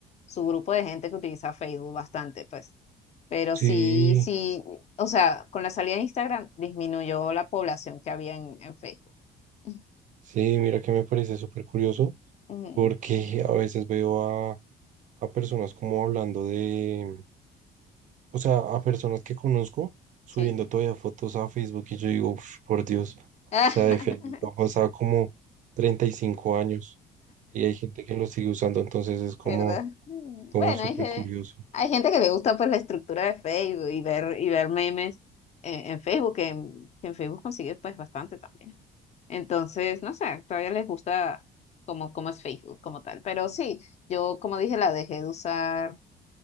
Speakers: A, on the left; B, on the right.
A: su grupo de gente que utiliza Facebook bastante, pues. Pero
B: Sí,
A: sí, sí, o sea, con la salida de Instagram disminuyó la población que había en, en Facebook. <laughs>
B: sí, mira que me parece súper curioso
A: Ujú,
B: porque a veces veo a, a personas como hablando de, O sea, a personas que conozco subiendo
A: Sí.
B: todavía fotos a Facebook y yo digo, "Uf, por Dios, o
A: <laughs>
B: sea, de Facebook han pasado como 35 años y hay gente que lo sigue usando, entonces es como,
A: ¿verdad? Mm,
B: como
A: Bueno,
B: súper
A: hay, ge-
B: curioso.
A: hay gente que le gusta pues la estructura de Facebook y ver, y ver memes en, en Facebook, que en, que en Facebook consigue pues bastante también. Entonces, no sé, todavía les gusta como, como es Facebook como tal. Pero sí, yo como dije, la dejé de usar